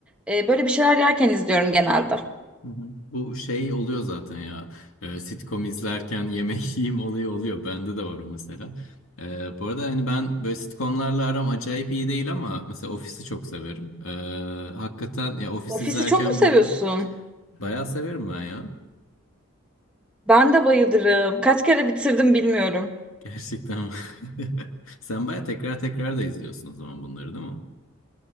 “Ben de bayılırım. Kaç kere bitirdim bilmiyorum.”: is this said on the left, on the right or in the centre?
Centre